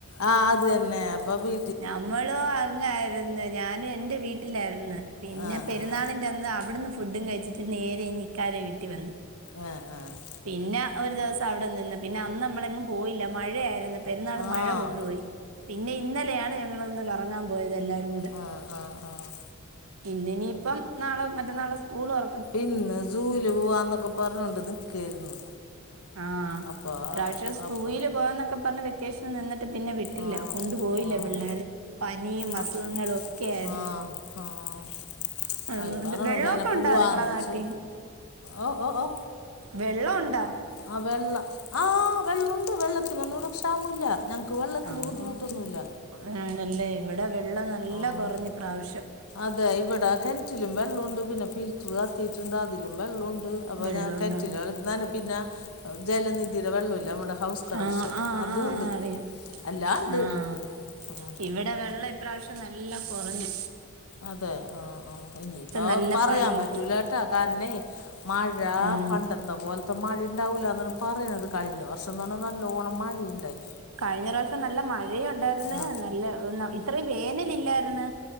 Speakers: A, on the left; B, on the right.
A: ആഹ് അത് തന്നെ അപ്പ പി
B: ഞമ്മളും അങ്ങായിര് ന്ന്. ഞാന് എന്റെ വീട്ടിലായിരുന്നു. പിന്നെ
A: ആഹ്
B: പെരുന്നാളിന്റ
A: ആഹ്
B: അന്ന് അവിട്ന്ന് ഫു ഫുഡും കഴിച്ചിട്ട് നേരെ ഇനി ഇക്കാരെ വീട്ടി വന്നു.
A: ആഹ് ആഹ്
B: പിന്നെ ഒരു ദിവസം അവിടെ നിന്ന്ണ്. പിന്നെ അന്ന് നമ്മളെങ്ങും പോയില്ല. മഴയായിരുന്നു പെരുന്നാള്
A: ആഹ്
B: മഴ കൊണ്ടോയി. പിന്നെ ഇന്നലെയാണ് ഞങ്ങളൊന്ന് കറങ്ങാൻ പോയത് എല്ലാരും കൂടി
A: ആഹ് ആഹ് ആഹ്
B: ഇന്ന് ഇിനിയിപ്പം നാളെ മറ്റന്നാളെ സ്കൂളൊറ
A: ഇന്ന് സൂല് പോവാന്നൊക്കെ പറഞ്ഞോണ്ട് നിക്കായിരുന്നു.
B: ആഹ്
A: അപ്പ
B: ഇപ്രാവശ്യം സൂവിയില്
A: അപ്പ
B: പോവാന്നൊക്കെ പറഞ്ഞ് വെ ക്കേഷൻ നിന്നിട്ട് പിന്നെ വിട്ടില്ല
A: ആഹ്
B: കൊണ്ടു പോയില്ല
A: ആഹ്
B: പിള്ളേര്. പനിയും അസുഖങ്ങളും
A: അപ്
B: ഒക്കെ ആയിരുന്നു.
A: ആഹ് ആഹ്,
B: അതുകൊണ്ട്
A: അയി ഈ പറഞ്ഞതന്നെ
B: വെള്ളമൊക്കെ
A: പൂവാന്ന്
B: ഉണ്ടോ നിങ്ങളെ
A: വച്ച്
B: നാട്ടി
A: ഓ ഓ ഓ
B: വെള്ളോ ഉണ്ടാ?
A: ആഹ് വെള്ള ആഹ് വെള്ളുണ്ട് വെള്ളത്തിനൊന്നും ഇവിടെ ക്ഷാമുല്ല. ഞങ്ങക്ക് വെള്ളത്തിന്
B: ആഹ്
A: ബുദ്ധിമുട്ടൊന്നുല്ല.
B: ആണല്ലേ ഇവിടെ വെള്ളം നല്ല
A: ഉം
B: കൊറഞ്ഞു ഇപ്രാവശ്യം.
A: അതെ ഇവിടെ കൻറ്റിലും വെള്ളുണ്ട്. പിന്നെ ഫിൽറ്റർ ആക്കിയിട്ടുണ്ട് അതിലും ബെള്ളോണ്ട്. അപ്പ
B: വെള്ളമുണ്ടോ
A: ഞാന് <unintelligible> പിന്നെ ജലനിധിയുടെ വെള്ളോല്ലെ നമ്മുടെ ഹൗസ് കണക്ഷൻ
B: ആഹ് ആഹ്
A: അതൂ
B: ആഹ്
A: ഉണ്ട്.
B: ആഹ് അറിയാം
A: അല്ലാണ്ട്
B: ആഹ്
A: ഉം
B: ഇവിടെ വെള്ളം ഇപ്രാവശ്യം നല്ല കൊറഞ്ഞു.
A: അതെ ആഹ് ആഹ് ഇനിയിപ്പ
B: നല്ല
A: പറയാൻ
B: പണി കിട്ടി
A: പറ്റൂലാ ല കാരണെ മഴ
B: ഉം
A: പണ്ട ത്ത പോൽത്തെ മഴ ഇണ്ടാവൂലാന്നാണ് പറയണത് കഴിഞ്ഞ വർഷന്നെർ ഞ്ഞാൽ നല്ലോണം മഴ ഇണ്ടായി.
B: കഴിഞ്ഞ റാശ്യം നല്ല മഴയുണ്ടായിര്ന്ന്
A: ആ
B: നല്ല ന്ന ഇത്രയും വേനല് ഇല്ലായിരുന്നു.